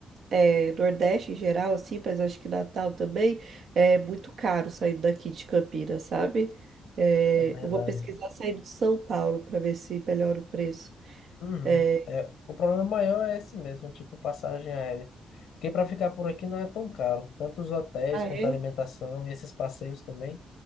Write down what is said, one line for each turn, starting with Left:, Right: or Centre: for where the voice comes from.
Right: é, Nordeste em geral, assim, mas acho que Natal também, é muito caro saindo daqui de Campinas, sabe? É,
Left: é verdade.
Right: eu vou pesquisar saindo de São Paulo para ver se melhora o preço.
Left: Uhum.
Right: É,
Left: É, o problema maior é esse mesmo, tipo passagem aérea. Porque para ficar por aqui não é tão caro. Tanto os hotéis
Right: ah,
Left: quanto
Right: é?
Left: a alimentação e esses passeios também